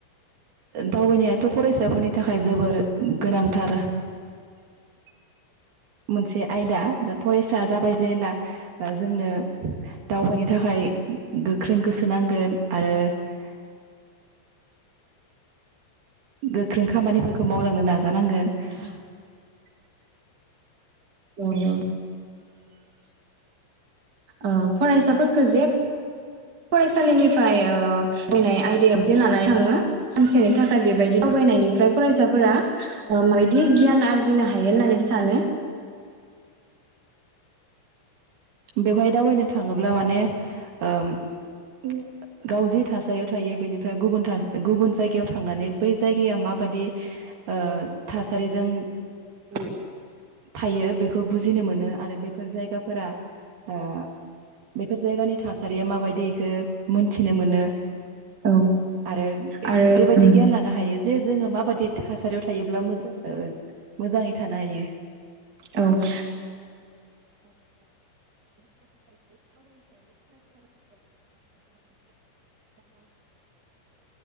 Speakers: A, on the right (about 60°); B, on the right (about 30°).
A: दावबायनायाथ' फरायसाफोरनि थाखाय जोबोर गोनांथार । मोनसे आयदा फरायसा जाबाय जेब्ला जोंनो दावबायनो थाखाय गोख्रों गोसो नांगोन आरो । गोख्रों खामानिफोरखौ मावलांनो नाजानांगोन ।
B: नंगौ । ओ फरायसाफोरखौ जे फरायसालिनिफ्राय थबायनाय आयदायाव जे लानानै थाङो सानसेनि थाखाय बेबायदि दावबायनायनिफ्राय फरायसाफोरा माबायदि गियान आरजिनो हायो होननानै सानो।
A: बेवहाय दावबायनो थाङोब्ला माने ओ । गाव जि थासारियाव थायो बेनिफ्राय गुबुन गुबुन जायगायाव थांनानै बै जाय गाया मा बादि ओ थासारिजों
B: <inaudible>
A: थायो बेखौ बुजिनो मोनो आरो बेफोर जायगाफोरा ओ बेफोर जायगानि थासारिया माबायदि इखो मोनथिनो मोनो
B: औ
A: आरो
B: आरो
A: बेबायदि
B: उम
A: गियान लानो हायो। जे जोङो माबाददि थासारियाव थायोब्ला मोजा मोजाङै थानो हायो।
B: औ <inaudible>